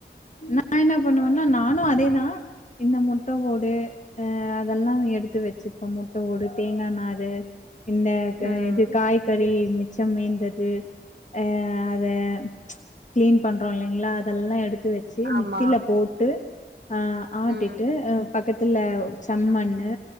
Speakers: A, on the left; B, on the right.
A: நா என்ன பண்ணுவன்னா நானு அதேதா இந்த முட்ட ஓடு ஆ அதெல்லா எடுத்து வச்சுப்பே முட்ட ஓடு தேங்கா நாரு இந்த க
B: ம்
A: இது காய்கறி மிச்சம் மீந்தது அ அத கிளீன் பண்றோ இல்லைங்ளா அதெல்லா எடுத்து வெச் சி
B: ஆமா
A: மிக்ஸிலப் போட்டு அ ஆத்திட்டு
B: ம்
A: அப் பக்கத்துல செம்மண்ணு